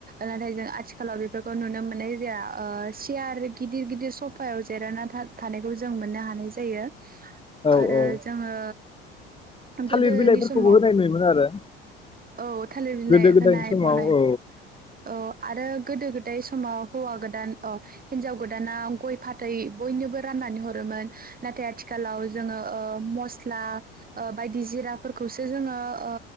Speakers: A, on the right; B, on the left.
A: नाथाय जों आथिखालाव बेफोरखौ नुनो मोननाय जाया ओह चियार गिदिर गिदिर सफायाव जिरायना थानायखौ जों मोननो हानाय जायो
B: औ
A: आरो
B: औ
A: जोङो
B: थालिर
A: गोदोनि
B: बिलाइफोरखौबो
A: समाव
B: होनाय नुयोमोन आरो
A: औ थालिर बिलाइ
B: गोदो गोदायनि
A: होनाय
B: समाव
A: ब'नाय
B: औ
A: औ आरो गोदो गोदाय समाव हौवा गोदान अ हिनजाव गोदाना गय फाथै बयनोबो राननानै हरोमोन नाथाय आथि आथिखालाव जोङो ओ मस्ट फ्लाक ओ बायदि जिराफोरखौ जोङो ओ